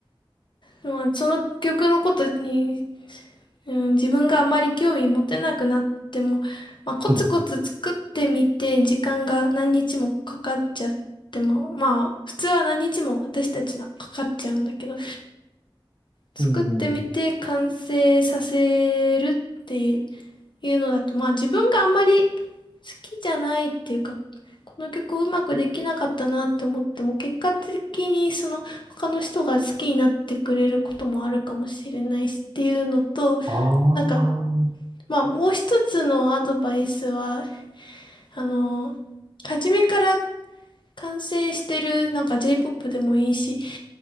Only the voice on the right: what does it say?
うん、
うん、
あー、